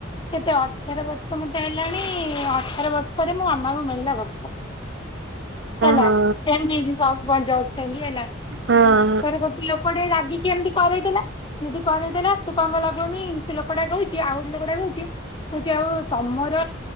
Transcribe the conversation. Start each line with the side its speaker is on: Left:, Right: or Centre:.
Left: କେତେ ଅଠର ବର୍ଷ ମୋତେ ହେଲାଣି ଅଠର ବର୍ଷରେ ମୋ ମାମାଙ୍କୁ ମିଳିଲା ଭ <inaudible> ହେଲା
Right: ହଁ
Left: କେମିତି <inaudible> ଚାଲିଗଲା
Right: ହଁ ହଁ ହଁ ହଁ
Left: ତାପରେ ଗୋଟେ ଲୋକ ଟେ ରାଗିକି ଏମିତି କରେଇଦେଲା। ଦିଦି କରେଇଦେଲା ସେ କଣ କହିଲା କୁହନି ସେ ଲୋକଟା କହୁଚି ଆଉ ଗୋଟେ ଲୋକଟା କହୁଚି କହୁଚି ଆଉ ତମର